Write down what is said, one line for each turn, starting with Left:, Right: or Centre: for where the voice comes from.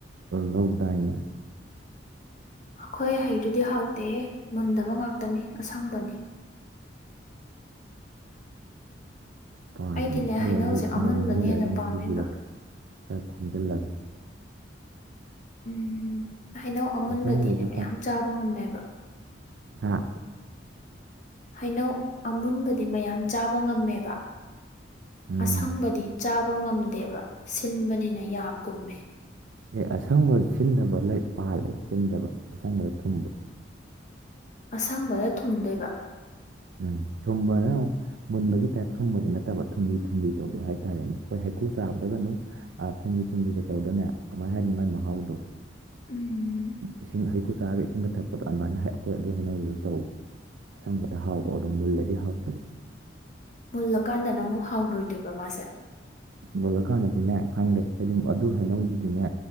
Right: ꯂꯧꯗꯥꯏꯅ
Left: ꯑꯩꯈꯣꯏ ꯍꯩꯗꯨꯗꯤ ꯍꯥꯎꯇꯦꯍꯦ ꯃꯨꯟꯗꯕ ꯉꯥꯛꯇꯅꯤ ꯑꯁꯪꯕꯅꯤ
Right: ꯄꯥꯡꯒꯅꯤ
Left: ꯑꯩꯗꯤꯅꯦ
Right: ꯑꯩ
Left: ꯍꯩꯅꯧꯁꯦ
Right: ꯑꯃꯨꯛ
Left: ꯑꯃꯨꯟꯕꯅ
Right: ꯅꯣꯡ ꯅꯤꯅꯤ ꯂꯩꯔꯒ
Left: ꯍꯦꯟꯅ
Right: ꯑꯃꯨꯛ
Left: ꯄꯥꯝꯃꯦꯕ
Right: ꯄꯨꯕꯤꯔꯛꯀꯦ ꯈꯔ ꯈꯣꯝꯖꯤꯜꯂꯒ
Left: ꯎꯝ ꯍꯩꯅꯧ ꯑꯃꯨꯟꯕꯗꯤꯅꯦ
Right: ꯑꯁꯪꯕꯁꯨ
Left: ꯃꯌꯥꯝ ꯆꯥꯕ ꯉꯝꯃꯦꯕ
Right: ꯑꯥ
Left: ꯍꯩꯅꯧ ꯑꯃꯨꯟꯕꯗꯤ ꯃꯌꯥꯝ ꯆꯥꯕ ꯉꯝꯃꯦꯕ
Right: ꯎꯝ
Left: ꯑꯁꯪꯕꯗꯤ ꯆꯥꯕ ꯉꯝꯗꯦꯕ ꯁꯤꯟꯕꯅꯤꯅ ꯌꯥ ꯀꯨꯝꯃꯦ
Right: ꯑꯦ ꯑꯁꯪꯕ ꯁꯤꯟꯗꯕ ꯂꯩ ꯄꯥꯜꯂꯦ ꯁꯤꯟꯗꯕ ꯑꯁꯪꯕꯗ ꯊꯨꯝꯕ
Left: ꯑꯁꯪꯕꯅꯥ ꯊꯨꯝꯗꯣꯏꯕ
Right: ꯎꯝ ꯊꯨꯝ ꯃꯨꯟꯕꯒꯤ ꯇꯥꯏꯞ ꯊꯨꯝꯕꯗꯤ ꯅꯠꯇꯕ ꯊꯨꯝꯂꯤ-ꯊꯨꯝꯂꯤ ꯇꯧꯗꯣ ꯍꯥꯏꯇꯥꯔꯦꯅꯦ ꯑꯩꯈꯣꯏ ꯍꯩꯀꯨ ꯆꯥꯕꯗꯒ ꯑꯗꯨꯝꯨꯝ ꯃꯤ ꯊꯨꯝꯁꯤꯗ ꯇꯧꯗꯅꯅꯦ ꯀꯃꯥꯏꯅ ꯍꯥꯏꯅꯤ ꯃꯥꯥꯏ ꯃꯍꯥꯎꯗꯣ
Left: ꯎꯝ
Right: ꯏꯁꯤꯡ ꯍꯩꯀꯔꯨ ꯆꯥꯒ ꯏꯁꯤꯡꯒ ꯊꯛꯄꯗꯣ ꯑꯗꯨꯃꯥꯏꯅ ꯑꯩꯈꯣꯏ ꯑꯗꯨ ꯍꯩꯅꯗꯨ ꯇꯧ ꯑꯁꯪꯕ ꯗ ꯍꯥꯎꯕꯗꯝ ꯃꯨꯜꯂꯗꯤ ꯍꯥꯎꯇꯦ
Left: ꯃꯨꯜꯂꯀꯥꯟꯗ ꯅꯥ ꯑꯃꯨꯛ ꯍꯥꯎꯔꯣꯏꯗꯣꯏꯕ ꯃꯥꯁꯦ
Right: ꯃꯨꯜꯂꯀꯥꯟꯗꯗꯤꯅꯦ ꯈꯪꯗꯦ ꯍꯥꯏꯗꯤ ꯑꯗꯨ ꯍꯩꯅꯧꯗꯨꯗꯤꯅꯦ